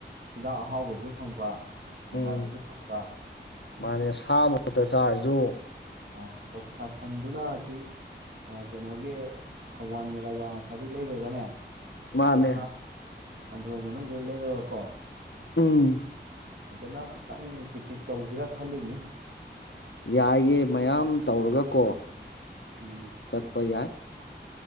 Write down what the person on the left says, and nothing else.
ꯎꯝ
ꯃꯥꯅꯦ ꯁꯥ ꯃꯛꯇ ꯆꯥꯔꯖꯨ
ꯃꯥꯅꯦ
ꯎꯝ
ꯌꯥꯏꯌꯦ ꯃꯌꯥꯝ ꯇꯧꯔꯒ ꯀꯣ
ꯆꯠꯄ ꯌꯥꯏ